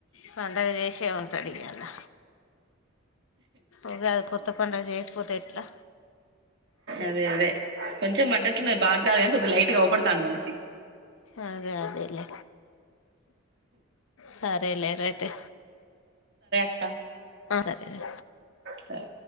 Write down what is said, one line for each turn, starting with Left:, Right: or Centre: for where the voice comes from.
Left: పండగ చేసే ఉంటాడు కదా ఉగాది కొత్త పండుగ చేసి పోతేట్లా
Right: అదే అదే కొంచెం బట్టట్న్నా బా కొద్ది లైట్ గా అవుపడుతాండు మనిషి
Left: అదే అదేలే సరేలే రా అయితే
Right: క్క
Left: సరేరా
Right: సరే